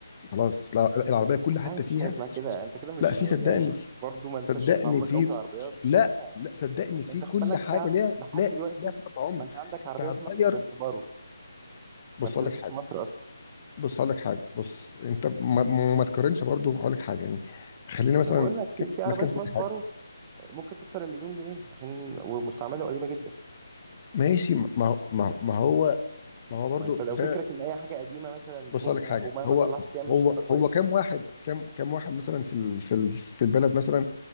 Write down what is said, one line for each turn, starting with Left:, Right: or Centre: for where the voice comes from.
Left: خلاص لا، العربيه كل
Right: استحاله
Left: حته
Right: مفيش
Left: فيها
Right: حاجه اسمها كده انت كده مش
Left: لا في
Right: يعني
Left: صدقني
Right: برضو ما انتش
Left: صدقني
Right: متعمق
Left: في
Right: قوي في العربيات
Left: لا
Right: لا
Left: لا صدقني في
Right: انت
Left: كل
Right: خد بالك
Left: حاجه
Right: في ع-
Left: ليها
Right: لحد
Left: لا
Right: دلوقتي
Left: ليها فتره عمر
Right: ما انت عندك
Left: انت
Right: عربيه
Left: هتغير
Right: اسمها مثلا زي السوبارو
Left: بص
Right: ما بتنزلش
Left: اقول لك حاجه
Right: مصر اصلا
Left: بص اقول لك حاجه بص انت ما, ما ما تقارنش برضه هقول لك حاجه يعني خلينا مثلا
Right: انا بقول لك
Left: ماسكين
Right: في في عربيه
Left: ماسكين
Right: اسمها سوبارو
Left: حاجه
Right: ممكن تكسر المليون جنيه عشان ومستعمله قديمه جدا
Left: ماشي ما ما ما ما هو ما هو برضو
Right: ما انت لو
Left: ده
Right: فكرك ان اي حاجه قديمه مثلا
Left: بص
Right: كهنه
Left: أقول لك حاجه
Right: او مهما
Left: هو
Right: صلحت فيها مش
Left: هو
Right: هتبقى كويسه
Left: هو كام واحد كام كام واحد مثلا في ال في ال في البلد مثلا